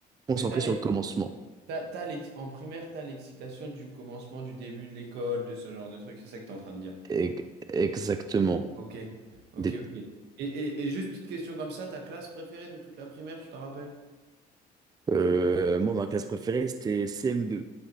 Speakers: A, on the right; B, on the right.
A: concentré
B: Mais t'as l'ex-
A: sur le commencement.
B: T'as, t'as l'ex- en primaire, t'as l'excitation du commencement, du début de l'école, de ce genre de truc. C'est ça que t'es en train de dire.
A: E- Exactement.
B: Ok, ok,
A: Des-
B: ok. Et, et, et juste petite question comme ça, ta classe préférée de toute la primaire, tu t'en rappelles?
A: Euh, moi, ma classe préférée, c'était CM2.